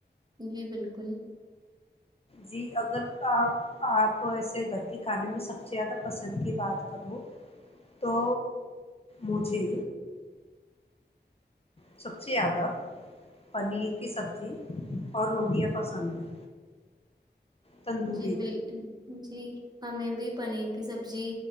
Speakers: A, on the right; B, on the left.
A: جی بالکل
B: جی اگر آ آپ ایسے گھر کے کھانے میں سب سے زیادہ پسند کی بات کرو تو مجھے سب سے زیادہ پنیر کی سبزی اور روٹیاں پسند ہیں تندوری
A: جی بالکل جی ہمیں بھی پنیر کی سبزی